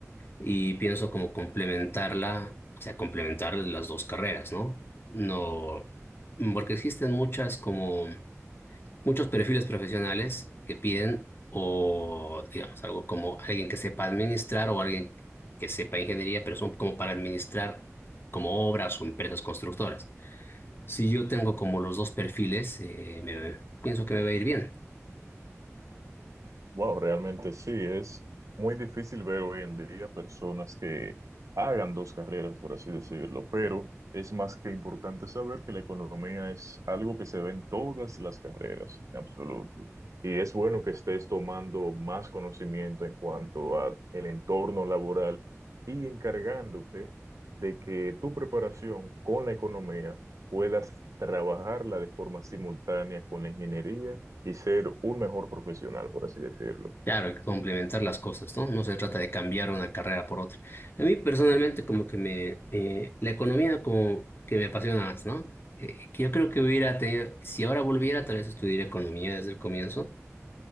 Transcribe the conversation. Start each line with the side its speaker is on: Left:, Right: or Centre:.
Left: y pienso como complementarla, o sea, complementar las dos carreras, ¿no? No, porque existen muchas como muchos perfiles profesionales que piden o, digamos, algo como alguien que sepa administrar o alguien que sepa ingeniería, pero son como para administrar como obras o empresas constructoras. Si yo tengo como los dos perfiles, eh, me- pienso que me va a ir bien.
Right: Wow, realmente sí, es muy difícil ver hoy en día personas que hagan dos carreras, por así decirlo, pero es más que importante saber que la economía es algo que se ve en todas las carreras, en absoluto. Y es bueno que estés tomando más conocimiento en cuanto a el entorno laboral y encargándote de que tu preparación con la economía puedas trabajarla de forma simultánea con la ingeniería y ser un mejor profesional, por así decirlo.
Left: Claro, hay complementar las cosas, ¿no? No se trata de cambiar una carrera por otra. A mí personalmente como que me, me- la economía como que me apasiona más, ¿no? Eh, que yo creo que hubiera tenido, si ahora volviera, tal vez estudiaría economía desde el comienzo,